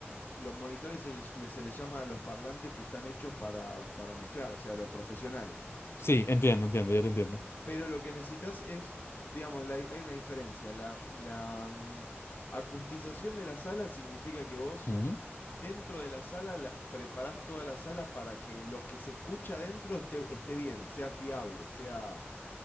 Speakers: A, on the left; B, on the left.
A: Los monitores se, les- se les llama a los parlantes que están hechos para, para mezclar, o sea, los profesionales.
B: Sí, entiendo, entiendo, ya te entiendo.
A: Pero lo que necesitas es, digamos, la- hay una diferencia. La, la mm, acustización de la sala significa que vos
B: Ujú.
A: dentro de la sala, la- preparás toda la sala para que lo que se escucha adentro esté, esté bien, sea fiable, sea...